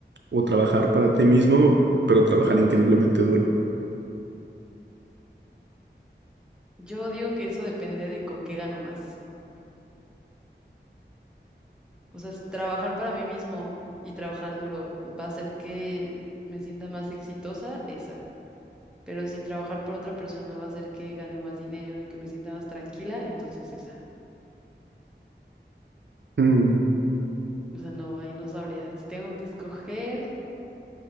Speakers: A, on the right; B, in the centre.
A: o trabajar para ti mismo, pero trabajar increíblemente duro.
B: Yo digo que eso depende de con qué gano más. O sea, si trabajar para mí mismo y trabajar duro va a hacer que me sienta más exitosa, esa. Pero si trabajar para otra persona va a hacer que gane más dinero y que me sienta más tranquila, entonces esa.
A: Mm,
B: O sea, no, ahí no sabría. Si tengo que escoger,